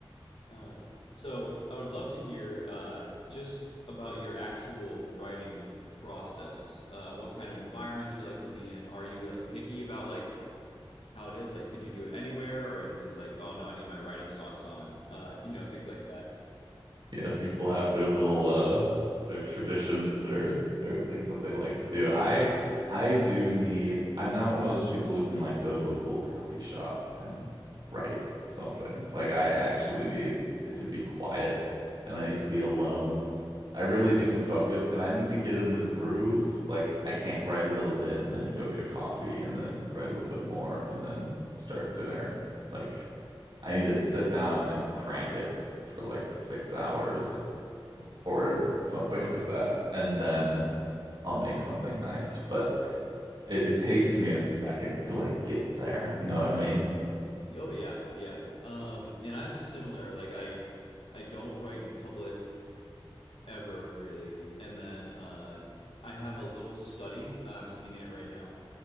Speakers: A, on the left; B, on the right.
A: uh, so I would love to hear uh, just about your actual writing process. Uh, what kind of environment you like to be in? Are you like picky about like how it is? Like, could you do it anywhere, or are you just like, oh no, I need my writing socks on? Uh, you know, things like that.
B: Yeah, people have their little uh their traditions or or things that they like to do. I
A: Rules.
B: I do need I'm not one of those people who can like go to a cool coffee shop and write something. Like I actually need it to be quiet and I need to be alone. I really need to focus and I need to get in the groove. Like I can't write a little bit and then go get a coffee and then write a little bit more and then start dinner. Like I need to sit down and crank it for like six hours or something like that. And then I'll make something nice. But it, it takes me a second to like get there. You know what I mean?
A: Oh yeah, yeah. Um, and I'm similar. Like I, I don't write in public ever really. And then uh, I have a little study. I'm sitting in it right now.